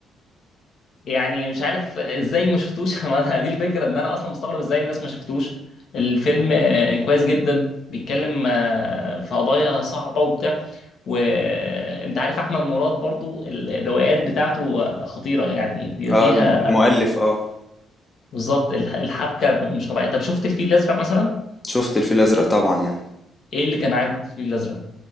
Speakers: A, on the left; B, on the left.
A: يعني مش عارف ازاي ما شفتوش <laughs> ما أنا دي الفكره ان انا اصلا مستغرب ازاي الناس ما شفتوش الفيلم آه، كويس جدا بيتكلم آه، في قضايا صعبه وبتاع وانت عارف احمد مراد برضو الروايات بتاعته آه، خطيره يعني بيبقى
B: اه
A: فيها
B: الم- المؤلف اه
A: بالظبط الح- الحبكه مش طبيعيه طب شفت الفيل الازرق مثلا
B: شفت الفيل الازرق طبعا يعني
A: ايه اللي كان عاجبك في الفيل الازرق